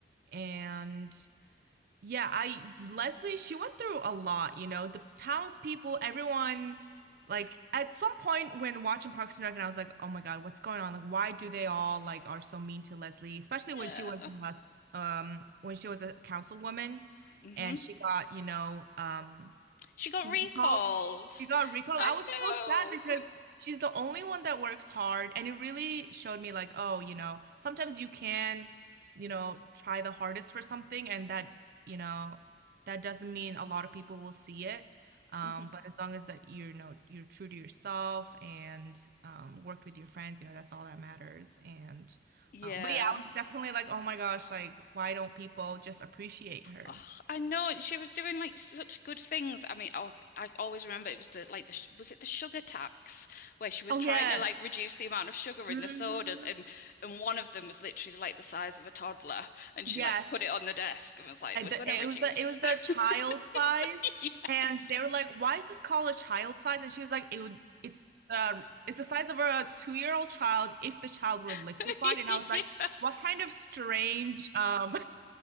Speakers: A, on the right (about 55°); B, on the left (about 50°).
A: And yeah, I Leslie, she went through a lot, you know, the townspeople, everyone, like at some point when watching Parks and Rec, and I was like, oh my God, what's going on? Like, why do they all like are so mean to Leslie, especially when
B: Yeah.
A: she was uh, um when she was a councilwoman
B: Mhm.
A: and she got, you know, um.
B: She got
A: Recall.
B: recalled.
A: She got recalled.
B: I
A: I was so
B: know.
A: sad because she's the only one that works hard, and it really showed me like, oh, you know, sometimes you can, you know, try the hardest for something, and that, you know, that doesn't mean a lot of people will see it. Um,
B: Mhm.
A: but as long as that you're, you know, you're true to yourself and um, worked with your friends, you know, that's all that matters. And
B: Yeah.
A: um, but yeah, I was definitely like, oh my gosh, like, why don't people just appreciate her?
B: Oh, I know. and She was doing like such good things. I mean, oh, I always remember it was the like the sh- was it the sugar tax where she was
A: Oh
B: trying
A: yes.
B: to like reduce the amount of sugar
A: hmm
B: in the sodas and and one of them was literally like the size of a toddler and
A: Yes.
B: she like put it on the desk and was like,
A: I,
B: "We're
A: th-
B: gonna
A: it
B: reduce."
A: was the it was the child
B: <laughs>
A: size,
B: Yes.
A: and they were like, "Why is this called a child size?" And she was like, "It would it's uh it's the size of a two year old child if the child were liquefied."
B: <laughs>
A: And I was like, "What kind of strange um